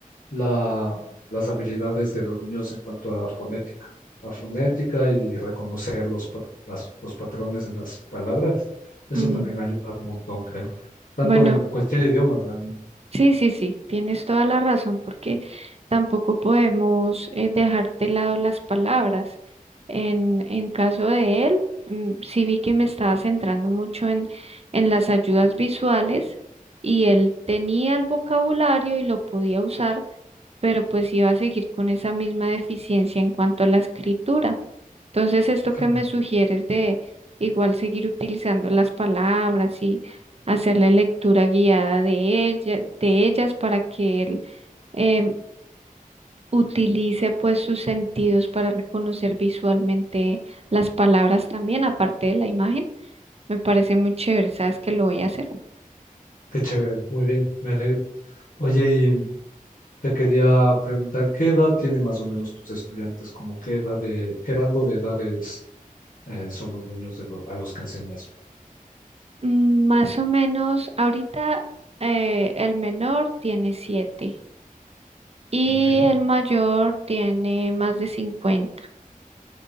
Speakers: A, on the left; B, on the right.
A: la- las habilidades de los niños en cuanto a fonética, a fonética y reconocer los, pa- las- los patrones en las palabras. Eso
B: Ujú.
A: también ayuda un montón, creo. Tanto
B: Bueno,
A: en cualquier idioma, realmente.
B: Sí, sí, sí, tienes toda la razón porque tampoco podemos eh, dejar de lado las palabras. En, en caso de él, mm, sí vi que me estaba centrando mucho en, en las ayudas visuales y él tenía el vocabulario y lo podía usar, pero pues iba a seguir con esa misma deficiencia en cuanto a la escritura. Entonces, esto
A: Claro.
B: que me sugieres de igual seguir utilizando las palabras y hacer la lectura guiada de ella, de ellas para que él em, utilice pues sus sentidos para reconocer visualmente las palabras también, aparte de la imagen, me parece muy chévere, sabes que lo voy a hacer.
A: Qué chévere, muy bien, me alegro. Oye, y te quería preguntar, ¿qué edad tienen más o menos tus estudiantes? Como qué edad de, qué rango de edades eh, son los niños de lo- a los que enseñas?
B: Mm, Más o menos, ahorita eh, el menor tiene siete y
A: Ok.
B: el mayor tiene más de cincuenta